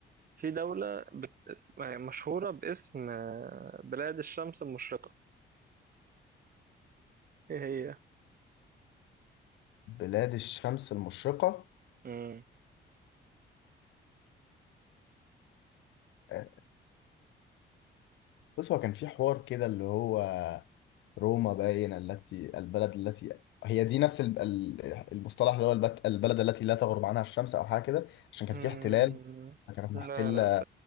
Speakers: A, on the right; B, on the left.
A: في دولة بت... اسم... يعني مشهورة باسم آه، بلاد الشمس المشرقة ايه هي؟
B: بلاد الشمس المشرقة
A: مم.
B: آه، بص هو كان في حوار كده اللي هو روما باين التي البلد التي هي دي نفس ال- ال- المصطلح اللي هو البت- البلد التي لا تغرب عنها الشمس او حاجة كده عشان كان
A: مم.
B: في احتلال كانت محتلة
A: لا لا